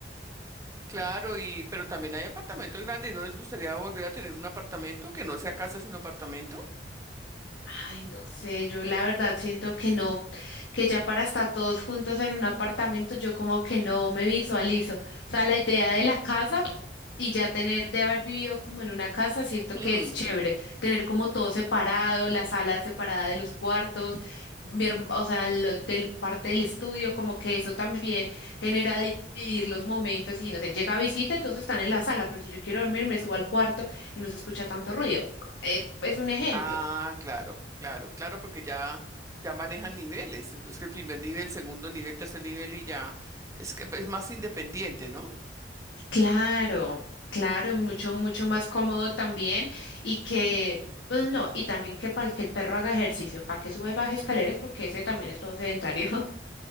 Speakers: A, on the right (about 15°); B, on the left (about 80°).
A: Claro, y pero también hay apartamentos grandes. ¿No les gustaría volver a tener un apartamento que no sea casa sino apartamento?
B: Ay, no sé, yo la verdad siento que no, que ya para estar todos juntos en un apartamento, yo como que no me visualizo. O sea, la idea de la casa y ya tener de haber vivido como en una casa, siento
A: Mm,
B: que es chévere. Tener como todo separado, la sala separada de los cuartos, mi herm- o sea, lo- del parte del estudio, como que eso también genera di- dividir los momentos y no sé, llega visita y todos están en la sala, pero si yo quiero dormir, me subo al cuarto y no se escucha tanto ruido. Eh, es un ejemplo.
A: Ah, claro, claro, claro, porque ya ya manejan niveles. Entonces que el primer nivel, segundo nivel, tercer nivel y ya es que es más independiente, ¿no? <gasps>
B: Claro, claro, mucho, mucho más cómodo también y que, bueno, no, y también que para que el perro haga ejercicio, para que suba y baje escaleras, porque ese también es todo sedentario.